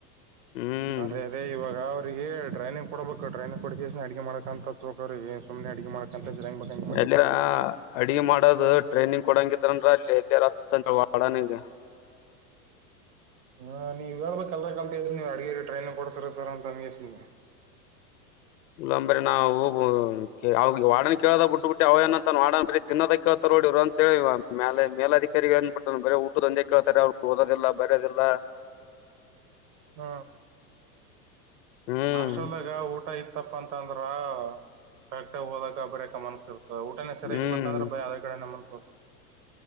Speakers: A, on the left; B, on the right.
A: ಹ್ಮ್
B: ಅದೇ ಇವಾಗ ಅವ್ರರಿಗೆ ಟ್ರೈನಿಂಗ್ ಕೊಡಬೇಕು ್ರೈನಿಂಗ ಕೊಡ ಅಡಗೆ ಮಾಡಕಂತ ಚಕ ಸಮ್ಮ ಅಡುಗೆ ಮಾಡಕಂತ ಯಗ್ ಬೇಕನ್ತ ಅಂಗೇ
A: ಎಲ್ಲಿರ ಅಡ್ಗೆ ಮಾಡೋದು ಟ್ರೈನಿಂಗ್ ಕೊಡಂಗಿದ್ರನ್ ಅಲ್ಲಿ ಎಲ್ಲಿರ ಸಂಜ ವಡನಿಗೆ
B: ಹಾ ನೀವ ಹೇಳ್ಬೇಕ ಅಲರ ಕಲ್ತ್ಸ ನೀವ ಅಡಗ ಟ್ರೈನ್ ಕೊಡ್ತರ ಸರ್ ಅಂತಸ ನೀವು
A: ಇಲ್ಲಂಬ್ರ ನಾವು ಅವ ವಾಡನ್ ಕೇಳ್ದಾಗ ಬಿಟ್ಟು ಬಿಟ್ಟೆ ಅವಏನಂತಾಡನ್ ಬೀ ತಿನ್ನೋದ ಕೇತಾರೆ ನೋಡಿವ್ ಅಂತೇಳಿವ ಮೇಲೆ ಮೇಲಧಿಕಾರಿಗಳೇನ್ ಬಿಟ್ಟ ಬೇ ಊಟುಂದೆ ಕೇತಾರೆ ಅವರು ಓದುವುದಿಲ್ಲ ಬರೆಯುವುದಿಲ್ಲ
B: ಹ್ಮ
A: ಹ್ಮ್
B: ಹಾಸ್ಟಲ್ದಾಗ ಊಟ ಐತ ತಪ್ಪ ಅಂತ ಅಂದ್ರ ಕರೆಕ್ಟ ಆಗ ಓದಕ್ಕೆ ಬರೆಯಕ್ಕ ಮನ್ಸ ಇರ್ತದೆ ಸರಿಾಗಿಲ್ಲ
A: ಹ್ಮ್
B: ಅಂದ್ರೆ ಬ ಅ್ರ ಕಡೆ ನಮ್ಮನ್ಸ್ಸ